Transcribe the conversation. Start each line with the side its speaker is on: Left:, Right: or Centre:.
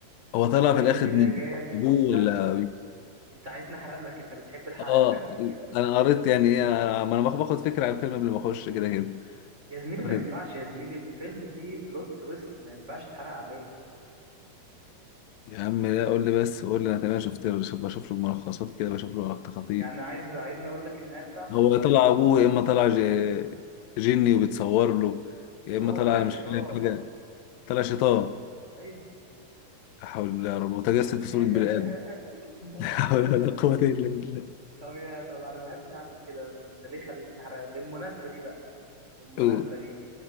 Left: هو
Right: الفيلم
Left: طلع في الاخر
Right: ده
Left: مين
Right: جامد
Left: ابوه
Right: لا
Left: ولا
Right: انت عايز نحرق لك انت بتحب الحرق
Left: اه
Right: شكلك كده
Left: انا قريت يعني ايه أنا- ما انا باخد باخد فكره عن الفيلم قبل ما اخش كده كده
Right: يا زميلي
Left: واخد-
Right: ما ينفعش يا زميلي الفيلم فيه بلوت تويست ما ينفعش تحرق عليك
Left: يا عم لا قول لي بس قول لي انا تمام شفت له بشوف له ملخصات كده بشوف له لقطات خطيف
Right: يعني عايز عايز اقول لك النهاية بتاعته
Left: هو طلع ابوه يا اما طلع ج- جني وبيتصور له يا اما
Right: هو
Left: طلع
Right: طلع
Left: انا
Right: شيطان
Left: مش فاهم حاجه طلع شيطان
Right: ايوه
Left: لا حول الله يا رب متجسد
Right: <laughs>
Left: في صوره بني ادم <laughs> لا حول ولا قوه الا بالله
Right: طب يا طب انا ما بحبش اعمل كده يا اسطى انت ليه خليتني احرق بالمناسبة دي بقى بالمناسبة
Left: أو-
Right: دي